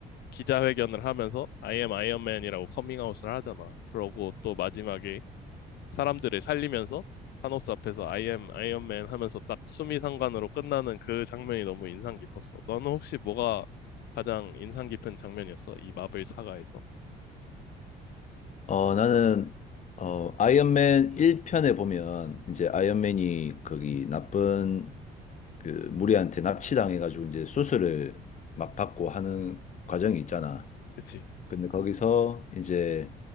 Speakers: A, on the left; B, on the left.
A: 기자회견을 하면서 I am 아이언맨이라고 커밍아웃을 하잖아. 그러고 또 마지막에 사람들을 살리면서 타노스 앞에서 I am 아이언맨 하면서 딱 수미상관으로 끝나는 그 장면이 너무 인상 깊었어. 너는 혹시 뭐가 가장 인상 깊은 장면이었어? 이 마블 사가에서?
B: 어, 나는 어 아이언맨 1편에 보면 이제 아이언맨이 거기 나쁜 그 무리한테 납치당해 가지고 이제 수술을 막 받고 하는 과정이 있잖아.
A: 그치.
B: 근데 거기서 이제